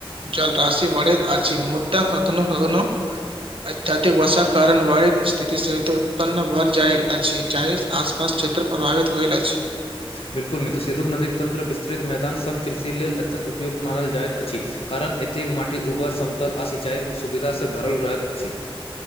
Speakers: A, on the right; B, on the left.
A: जल राशि बढ़े अछि छै मुदा कखनो कखनो अत्यधिक वषा कारण व स्थिति सहित उत्पन्न भर जाईल अछि जहि आसपास क्षेत्र प्रभावित होइल अछि
B: बिल्कुल मित्रसिधुक नदीक तंत्र विस्तृत मैदानसभ कृषि लेल अत्यन्त उपयोग्त मानल जाइत अछि कारण एतेक माटि उबर समतल आ सिंचाईक सुविधासँ भरल रहैत अछि